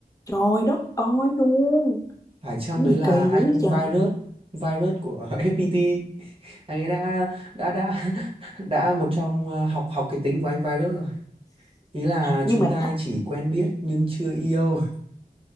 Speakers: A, on the left; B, on the right.
A: trời đất ơi luôn
B: phải chăng
A: cái
B: đấy
A: gì
B: là
A: kỳ
B: anh
A: dữ
B: virus
A: trời
B: virus của <laughs> FPT anh ấy đã đã đã <laughs> đã một trong ờ, học học cái tính của anh virus rồi ý là
A: nhưng
B: chúng
A: mà
B: ta
A: th-
B: chỉ quen biết nhưng chưa yêu